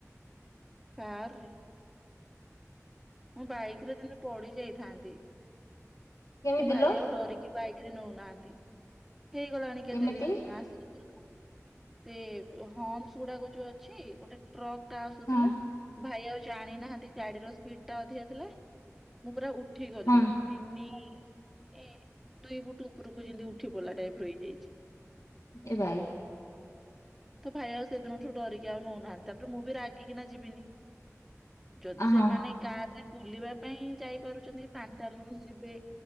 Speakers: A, in the centre; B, on the left.
A: କାରରେ। ମୁଁ ବାଇକରେ ଦିନେ ପଡ଼ି ଯାଇଥାନ୍ତି।
B: କେମିତି
A: ତୋ ଭାଇ
B: ଲୋ
A: ଆଉ ଡରିକି ବାଇକରେ ନେଉନାହାନ୍ତି। ହେଇଗଲାଣି କେତେ
B: କେମିତି
A: ଦିନ ଆସିକି ସେ ହମ୍ପସ ଗୁଡ଼ାକ ଯୋଉ ଅଛି, ଗୋଟେ ଟ୍ରକ୍ ଆସୁଥିଲା
B: ହଁ
A: ଭାଇ ଆଉ ଜାଣିନାହାନ୍ତି ଗାଡ଼ିର ସ୍ପିଡଟା ଅଧିକ ଥିଲା। ମୁଁ ପୁରା ଉଠି ଗଲି
B: ହଁ
A: ତିନି ଏ ଦୁଇ ଫୁଟ ଉପରକୁ ଯେମିତି ଉଠି ପଡିଲା ଟାଇପର ହେଇଯାଇଛି।
B: ଏ ଭାଇ।
A: ତୋ ଭାଇ ଆଉ ସେଦିନଠୁ ଡରିକି ଆଉ ନଉନାହାନ୍ତି ତାପରେ ମୁଁ ବି ରାଗିକିନା ଯିବିନି। ଯଦି ସେମାନେ
B: ହଁ
A: କାରରେ ବୁଲିବା ପାଇଁ ଯାଇପାରୁଛନ୍ତି ପାଣ୍ଟାଲୁନ ଯିବେ